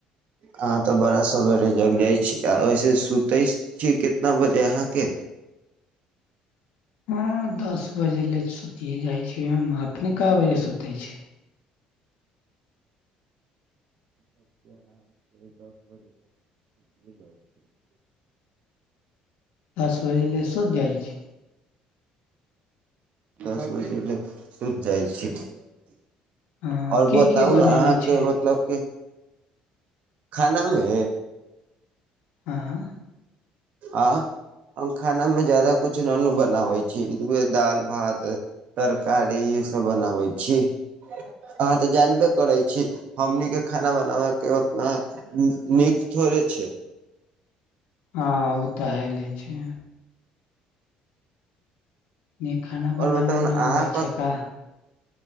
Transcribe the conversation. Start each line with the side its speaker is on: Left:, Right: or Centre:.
Right: अहाँ तऽ बड़ा सवेरे जग जाइ छी आ ओऐसे सुते छी कितना बजे अहाँके।
Left: <unintelligible> हँ दस बजे ले सुति जाइ छै अपने कए बजे सुते छै।
Right: <unintelligible>
Left: दस बजे लै शो जाइ छै।
Right: दस बज सुूझ जाइ छी। आओर
Left: हँ की
Right: बताउ
Left: की बनैले
Right: ने अहाँके
Left: छी
Right: मतलब क। खानामे।
Left: आँ।
Right: आ। हम खाना मे ज्यादा कुछ नन बनाबै छी दाल भात। तरकारी ई सब बनाबै छी। अहाँ तऽ जानबे करै छी हमनीके खाना बनाबै के उतना नीक। थोड़े छै।
Left: हँ ओ तऽ हले छै। न खाना
Right: और
Left: बनाबै
Right: बताउ ने
Left: न
Right: अहाँ
Left: अै छै का।